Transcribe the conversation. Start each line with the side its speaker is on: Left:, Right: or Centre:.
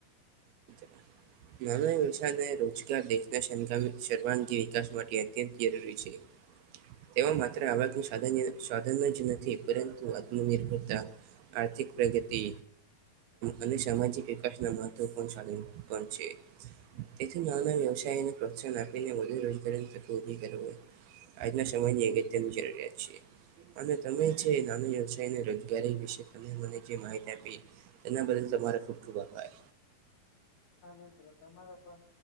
Right: <inaudible> માનવી વવસાર અને રોજગાર દેશનાામ સર્વાંગી વિકાસ માટે અત્યંત જરૂરી છે. તેઓ માત્ર આવા સાધન જ નથી પરંતુ આત્મનિર્ભરતા આર્થિક પ્રગતિ અને સામાજિક વિકાસનાવ ત્ પણણ સાધીન પણ છે. તેથી નાના વ્યવસાયોને પ્રોત્સાહન આપીને વધુ રોજગારીની તત્ ઉભી કર હોય. આજના સમયની અગત્યારની જરૂરિયાત છે. અને તમે જે નાનો વ્યવસાયને રોજગારી વિશે ત મને જે માહિતી આપી. તેના બદલ તમારે ખૂબ ખૂબ આભાર.
Left: હા મિત્રો તમારો પણ